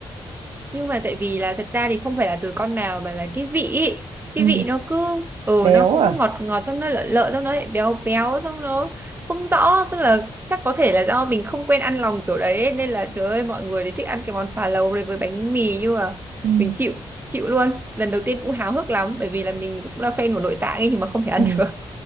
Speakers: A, on the right; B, on the right.
A: nhưng mà tại vì là thật ra thì không phải là từ con nào mà là cái vị ý. cái
B: ừ.
A: vị nó cứ ừ
B: béo
A: nó cũng
B: à
A: ngọt ngọt trong nó lợ lợ trong nó lại béo béo trong nó không rõ tức là chắc có thể là do mình không quen ăn lòng kiểu đấy ấy, nên là trời ơi mọi người đấy thích ăn cái món phà lầu này với bánh mì nhưng mà
B: Ừ.
A: mình chịu chịu luôn lần đầu tiên cũng háo hức lắm bởi vì là mình cũng là fan của nội tạng ấy nhưng mà không thể ăn
B: ừ.
A: được